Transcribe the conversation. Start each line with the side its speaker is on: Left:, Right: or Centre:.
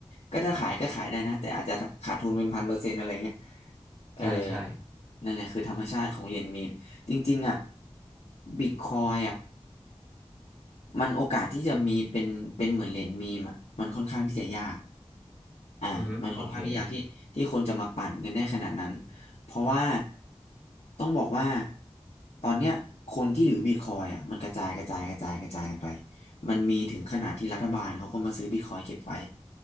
Left: ก็ถ้าขายก็ขายได้นะแต่อาจจะขาดทุนเป็นพันเปอร์เซ็นต์อะไรเงี้ย เออ
Right: ใช่ใช่
Left: นั่นแหละคือธรรมชาติของเหรียญมีม จริงๆอ่ะบิตคอยอ่ะ มันโอกาสที่จะมีเป็นเป็นเหมือนเหรียญมีมอะมันค่อนข้างที่จะยากอ่ามันค่อนข้างที่ยากที่ที่คนจะมาปั่นกันได้ขนาดนั้น
Right: อือฮึโอเค
Left: เพราะว่าต้องบอกว่าตอนเนี้ยคนที่ถือบิตคอยอ่ะมันกระจายกระจายกระจายกระจายกันไปมันมีถึงขนาดที่รัฐบาลเขาก็มาซื้อบิตคอยเก็บไว้